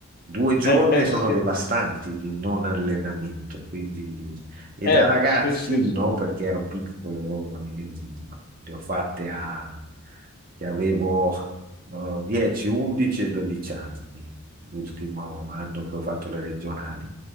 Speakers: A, on the right; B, on the left.
A: Due giorni
B: Eh, eh,
A: sono
B: sì,
A: devastanti di non allenamento, quindi... E
B: eh,
A: da ragazzino,
B: sì, sì, sì.
A: perché ero piccolo, io ne ho fatte a... che avevo eh, 10, 11 e 12 anni, l'ultimo anno che ho fatto le regionali.